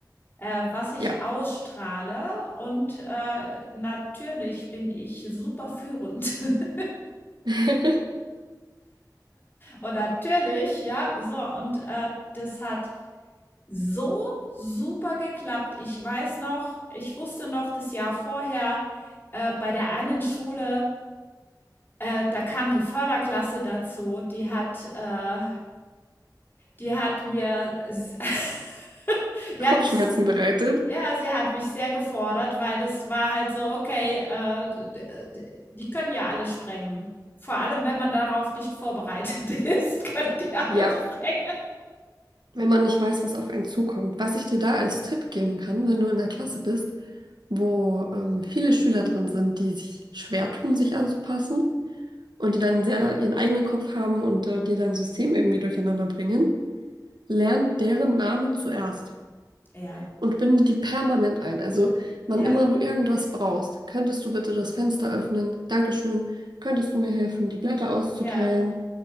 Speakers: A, on the left; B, on the right.
A: äh, was ich
B: Ja.
A: ausstrahle und äh, natürlich bin ich super führend <laughs>
B: <laughs>
A: und natürlich, ja, so und äh, das hat so super geklappt. Ich weiß noch, ich wusste noch das Jahr vorher äh, bei der einen Schule, Äh, da kam die Förderklasse dazu, die hat äh, die hat mir <laughs> die
B: Kopfschmerzen
A: hat mich
B: bereitet.
A: ja, sie hat mich sehr gefordert, weil das war halt so: „Okay, äh, äh, d die können ja alles sprengen.“ Vor allem, wenn man darauf nicht vorbereitet <laughs> ist, können die alles
B: Ja,
A: sprengen.
B: wenn man nicht weiß, was auf einen zukommt. Was ich dir da als Tipp geben kann, wenn du in der Klasse bist, wo ähm, viele Schüler drin sind, die sich schwer tun, sich anzupassen und die dann sehr ihren eigenen Kopf haben und äh, dir dein System irgendwie durcheinander bringen, lern deren Namen zuerst
A: Ja,
B: und binde die permanent ein. Also, wann
A: ja,
B: immer du irgendwas brauchst, könntest du bitte das Fenster öffnen? Dankeschön. Könntest du mir helfen, die Blätter auszuteilen?
A: ja.